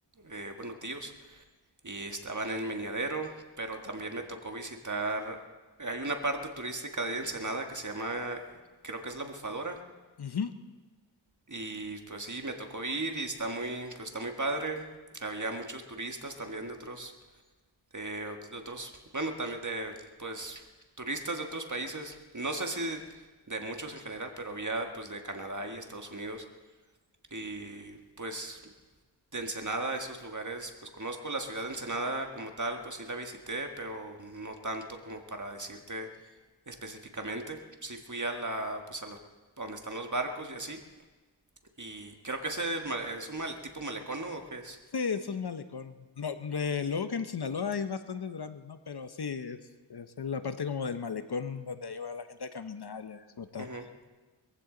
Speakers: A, on the right; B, on the left.
A: eh, bueno, tíos, y estaban en Meneadero, pero también me tocó visitar, hay una parte turística de ahí Ensenada que se llama, creo que es La Bufadora,
B: Ujú.
A: y pues sí, me tocó ir y está muy, pues está muy padre. Había muchos turistas también de otros de, ot- de otros, bueno, también de, pues, turistas de otros países, no sé si de, de muchos en general, pero había, pues, de Canadá y Estados Unidos, y, pues, de Ensenada, esos lugares, pues, conozco la ciudad de Ensenada como tal, pues, sí la visité, pero no tanto como para decirte específicamente, sí fui a la, pues, a la, a donde están los barcos y así, y creo que es el, ma- es un mal, tipo malecón, ¿no? ¿O qué es?
B: Sí, es un malecón. No, de- luego que en Sinaloa hay bastantes grandes, ¿no? Pero sí, es, es en la parte como del malecón donde ahí va la gente a caminar y a disfrutar.
A: Ujú.